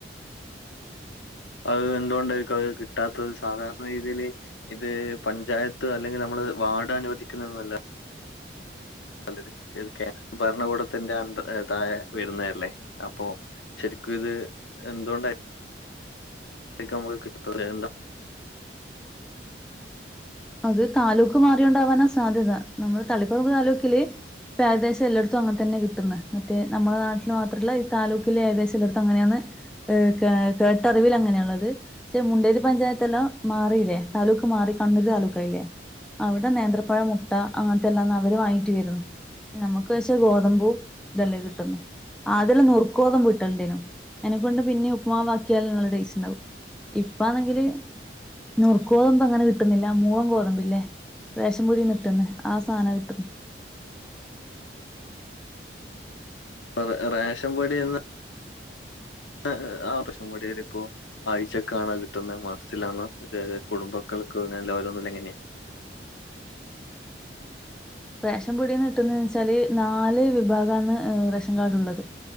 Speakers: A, on the left; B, in the centre.
A: അത് എന്തുകൊണ്ടായിരിക്കും അത് കിട്ടാത്തത് സാധാരണ രീതിയില് ഇത് പഞ്ചായത്ത് അല്ലെങ്കിൽ നമ്മള് വാർഡ് അനുവദിക്കുന്നതല്ല <unintelligible> ഭരണകൂടത്തിന്റെ അ താഴെ വരുന്നതല്ലേ അപ്പൊ ശരിക്കും ഇത് എന്തുകൊണ്ടാ- <unintelligible>
B: അത് താലൂക്ക് മാറിയത് കൊണ്ടാകാനാ സാധ്യത നമ്മൾ തളിപ്പറമ്പ് താലൂക്കില് ഇപ്പൊ ഏകദേശം എല്ലായിടത്തും അങ്ങന തന്നെ കിട്ടുന്നത് മറ്റേ നമ്മുടെ നാട്ടിൽ മാത്രമല്ല ഈ താലൂക്കിലെ ഏകദേശം എല്ലായിടത്തും അങ്ങനെയാണ് ഏഹ് കേട്ടറിവിൽ അങ്ങനെയുള്ളത് പക്ഷെ മുണ്ടേരി പഞ്ചായത്തെല്ലാം മാറിയില്ലേ താലൂക്ക് മാറി കണ്ണൂര് താലൂക്ക് <unintelligible> അവിടെ നേന്ത്രപ്പഴം മുട്ട അങ്ങനത്തെ എല്ലാം അവര് വാങ്ങിട്ട് വരുന്നു നമ്മുക്ക് പക്ഷേ ഗോതമ്പൂ ഇതെല്ലെ കിട്ടുന്നു അതില് നുറുക്ക് ഗോതമ്പ് വിട്ടണ്ടേനോ <unintelligible> പിന്നെ ഉപ്പ്മാവാക്കിയാൽ നല്ല ടേസ്റ്റ് ഉണ്ടാവും ഇപ്പാണെങ്കില് നുറുക്ക് ഗോതമ്പ് അങ്ങനെ കിട്ടുന്നില്ല മൂവ ഗോതമ്പില്ലേ റേഷൻപൊടിന്ന് കിട്ടന്ന് ആ സാധനം കിട്ടുന്നു
A: <unintelligible> റേഷൻ പൊടിന്ന് <unintelligible> ഇപ്പോ ആഴ്ചക്കാണോ കിട്ടുന്നത് മാസത്തിലാണോ അതത് കുടുംബക്കൾക്ക് അങ്ങനെ ഓരോന്നും എങ്ങനെയാ
B: റേഷൻ പൊടിന്ന് കിട്ടുന്ന വെച്ചാല് നാല് വിഭാഗാന്ന് റേഷൻ കാർഡിലുള്ളത്